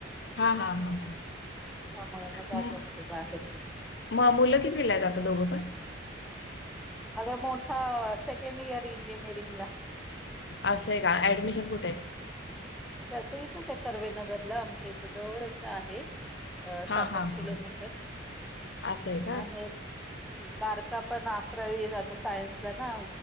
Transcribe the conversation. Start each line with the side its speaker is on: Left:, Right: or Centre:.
Left: हा हा ह
Centre: त्यामुळे मग जात
Left: म
Centre: असते बाहेर
Left: म मुलं कितवीला आहेत आता दोघं पण?
Centre: अग मोठा स सेकंड इयर इंजिनीयरिंग बला
Left: असंय का, ऍडमिशन कुठंय?
Centre: त्याचं इथंच आहे करवेनगरला आमच्या इथ जवळच आहे. अ सात,
Left: हां, हां,
Centre: आठ किलोमीटर
Left: हां. असं का?
Centre: <inaudible> आहे. हम्म बारका पण अकरावी जात सायन्सला ना